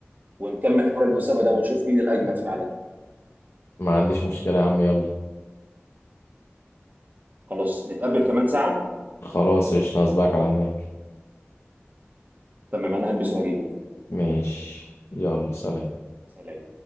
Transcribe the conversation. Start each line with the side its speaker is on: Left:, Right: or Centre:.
Right: ونكمل حوار المسابقه ده ونشوف مين الاجمد فعلا
Left: ما عنديش مشكلة يا عم يلا
Right: خلاص نتقابل كمان ساعه
Left: خلاص قشطة هسبقك على هناك
Right: تمام انا هلبس وهجيلك
Left: ماشي يلا سلام
Right: سلام